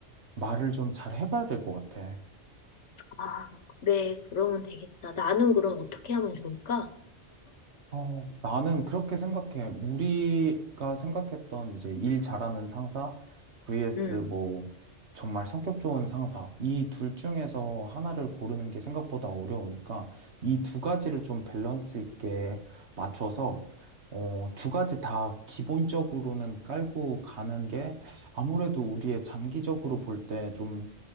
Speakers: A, on the right; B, on the left.
A: 말을 좀 잘 해봐야 될 것 같아.
B: 아, 그래. 그러면 되겠다. 나는 그럼 어떻게 하면 좋을까?
A: 어, 나는 그렇게 생각해. 우리가 생각했던 이제 일 잘하는 상사 vs
B: 응,
A: 뭐 정말 성격 좋은 상사 이 둘 중에서 하나를 고르는 게 생각보다 어려우니까 이 두 가지를 좀 밸런스 있게 맞춰서 어, 두 가지 다 기본적으로는 깔고 가는 게 아무래도 우리의 장기적으로 볼 때 좀